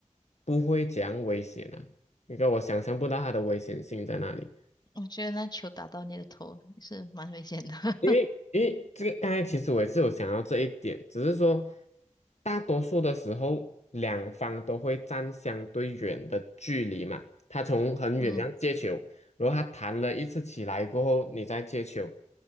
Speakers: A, on the left (about 60°); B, on the left (about 30°).
A: 不会讲危险啊，因为我想象不到它的危险性在哪里。
B: 我觉得那球打到你的头也是蛮危险的。
A: 因为因为这个，
B: <laughs>
A: 刚才其实我也是有想到这一点，只是说大多数的时候，两方都会站相对远的距离嘛。他从很远这样接球，
B: 嗯
A: 然后他弹了一次起来过后，你再接球，